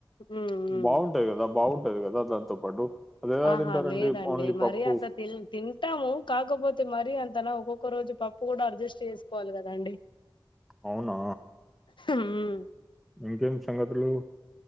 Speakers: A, on the left; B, in the centre.
A: ఉమ్
B: బావుంటది కదా బావుంటది కదా దాంతో పాటు అదెలా
A: ఆహా
B: తింటారండి
A: లేదండి
B: ఓన్లీ
A: మరీ
B: పప్పు
A: అంత తిన్ తిన్ మ్ కాకపోతే మరీ అం త ఒక్కొక్క రోజు పప్పు కూడా అడ్జస్ట్ చేసుకోవాలి కదండి
B: అవునా
A: ఉమ్
B: ఇంకేమి సంగతులు